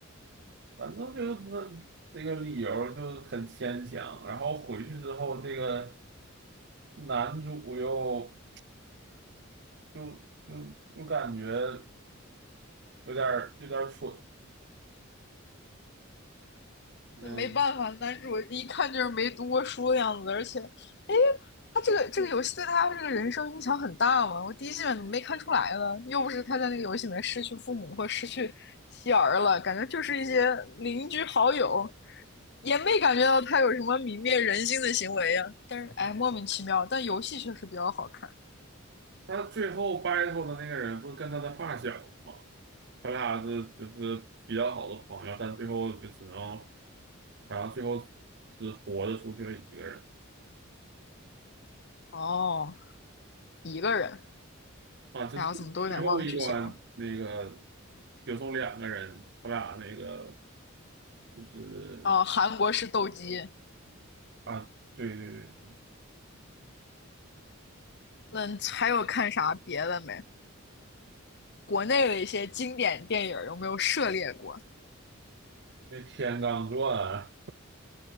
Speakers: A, on the right (about 55°); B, on the left (about 55°).
A: 反正就是那这个理由就很牵强，然后回去之后，这个男主又就就就感觉有点儿有点儿蠢，嗯，
B: 没办法，男主一看就是没读过书的样子，而且，哎，他这个这个游戏对他这个人生影响很大嘛。我第一季怎么没看出来呢？又不是他在那个游戏里面失去父母或失去妻儿了，感觉就是一些邻居好友，也没感觉到他有什么泯灭人性的行为呀、但是，哎，莫名其妙，但游戏确实比较好看。
A: 他最后 battle 的那个人不是跟他的发小吗？他俩是就是比较好的朋友，但最后就只能，然后最后只活着出去了一个人
B: 哦，一个人，
A: 啊，就是最后一关那个
B: 哎呀，我怎么都有点忘剧情了。
A: 就剩两个人，他俩那个就是。
B: 哦，韩国是斗鸡。
A: 啊，对对对，
B: 那还有看啥别的没？国内的一些经典电影有没有涉猎过？
A: 那《天罡传》